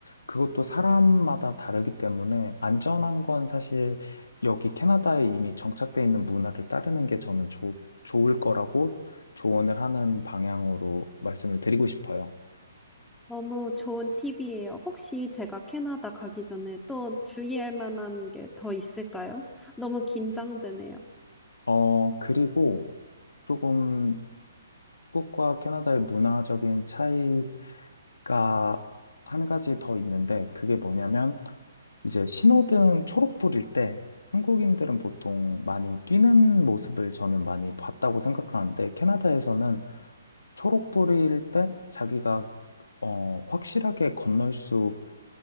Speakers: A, on the left; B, in the centre.
A: 그것도 사람마다 다르기 때문에 안전한 건 사실 여기 캐나다에 이미 정착돼 있는 문화를 따르는 게 저는 좋 좋을 거라고 조언을 하는 방향으로 말씀을 드리고 싶어요.
B: 너무 좋은 팁이에요. 혹시 제가 캐나다 가기 전에 또 주의할 만한 게 더 있을까요? 너무 긴장되네요.
A: 어, 그리고 조금 한국과 캐나다의 문화적인 차이 가 한 가지 더 있는데 그게 뭐냐면 이제 신호등 초록불일 때 한국인들은 보통 많이 뛰는 모습을 저는 많이 봤다고 생각하는데 캐나다에서는 초록불일 때 자기가 어, 확실하게 건널 수